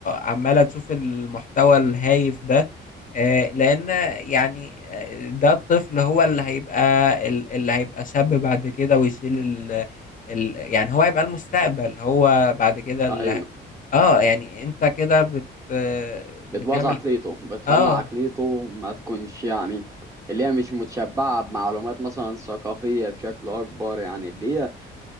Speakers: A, on the left; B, on the right.
A: عماله تشوف المحتوى الهايف ده آه، لان يعني آه، ده الطفل هو اللي هيبقى ال- اللي هيبقى شاب بعد كده ويشيل ال ال يعني هو هيبقى المستقبل هو بعد كده اللي
B: ايوه
A: ه- اه يعني انت كده بت آه، بتعمل
B: بتبوظ عقليته بتخلي
A: اه
B: عقليته ما تكونش يعني اللي هي مش متشبعة بمعلومات مثلا ثقافية بشكل أكبر يعني اللي هي